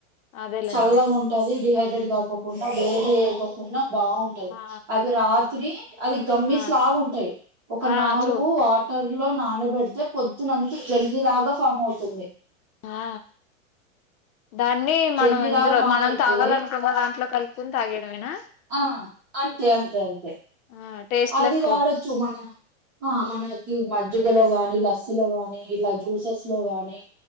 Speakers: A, on the left; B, on the right.
A: అదేలేండి
B: చల్లగా ఉంటది డిహైడ్రేట్ కాకోకుండా వేడి చేేయకోకుండా బాగుంటది
A: ఆ
B: అది రాత్రి అది గమ్మిస్లాగుంటయి
A: ఆ
B: ఒక
A: ఆ
B: నాలుగు
A: చూ
B: వాటర్లు లో నానబెడితే పొద్తునంత జెల్లీ లాగా ఫామ్ అవుతుంది
A: ఆ దాన్ని
B: జల్లి
A: మనం ఇందులో
B: లాగా ఫామ్
A: మనం
B: అయితే
A: తాగాలనుకున్న దాంట్లో కలిపి కుంతాగేయడమేనా
B: ఆ అంతే అంతే అంతే
A: ఆ టేస్ట్
B: అది
A: లెస్
B: వాడొచ్చు మన ఆ మనకి మజ్జిగలో గాని లస్ ని ఇలా జూసస్ లో గాని